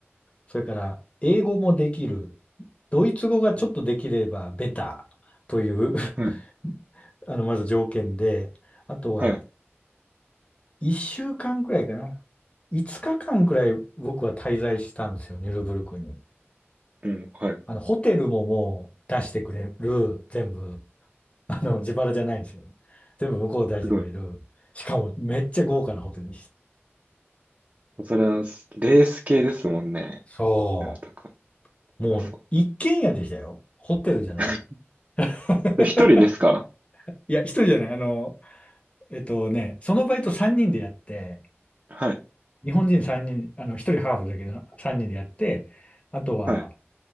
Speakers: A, on the left; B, on the right.
A: それから英語もできる、ドイツ語がちょっとできればベターという
B: うんはい。
A: <laughs> あの、まず条件で、あとは
B: はい。
A: 1週間くらいかな。5日間くらい僕は滞在したんですよ、ニュルブルクに。
B: うん。はい。
A: あの、ホテルももう出してくれる、全部、あの、自腹じゃないんですよ。全部向こうで出してくれる。
B: すごい。
A: しかもめっちゃ豪華なホテルでした。
B: それは、レース系ですもんね。
A: そう。
B: それは高
A: もう一軒家でしたよ。
B: そ
A: ホテルじゃない。
B: う。<laughs>
A: <laughs>
B: 一人ですか
A: いや、一人じゃない。あの、えっとね、そのバイト3人でやって、
B: はい。
A: 日本人3人、あの、一人ハーフだけど3人でやって、あとは、
B: はい。